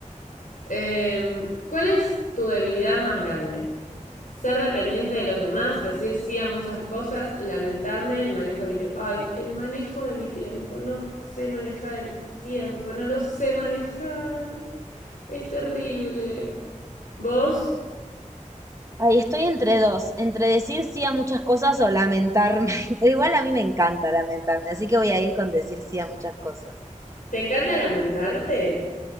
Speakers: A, on the left (about 85°); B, on the right (about 25°).
A: Em, ¿Cuál es tu debilidad más grande? Ser dependiente de los demás, decir sí a muchas cosas, lamentarme, el manejo de mi tiempo. Ay, el manejo de mi tiempo. No sé manejar el tiempo, no lo sé manejar. Es terrible. ¿Vos?
B: Ay, estoy entre dos, entre decir sí a muchas cosas o lamentarme. <laughs> Pero igual a mí me encanta lamentarme, así que voy a ir con decir sí a muchas cosas.
A: ¿Te encanta lamentarte?